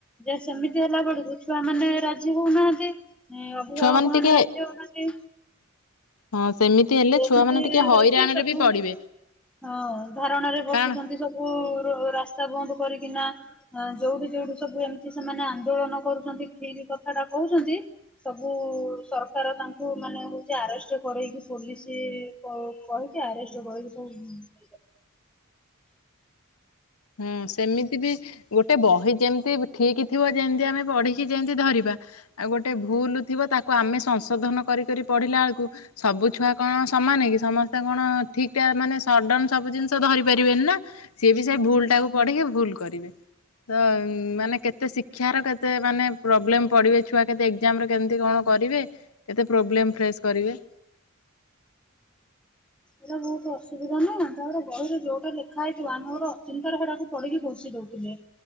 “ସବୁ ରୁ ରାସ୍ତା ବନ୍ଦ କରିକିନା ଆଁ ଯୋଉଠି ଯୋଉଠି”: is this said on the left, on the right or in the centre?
Centre